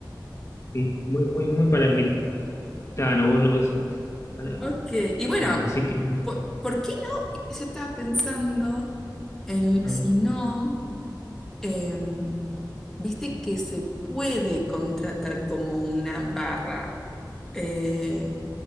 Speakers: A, on the left (about 40°); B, in the centre.
A: Sí, muy, muy, muy palermitano, vos lo ves, Palermo.
B: ok. Y bueno,
A: Eh, así que
B: po- ¿por, qué no? Yo estaba pensando en
A: ah,
B: si no, em, viste que se puede contratar como una barra. Eh,